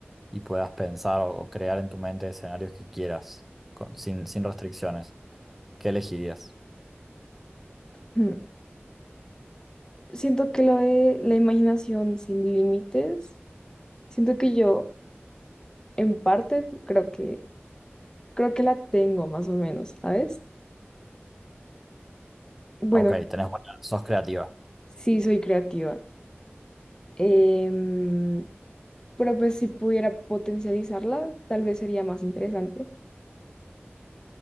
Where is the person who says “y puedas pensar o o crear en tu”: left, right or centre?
Centre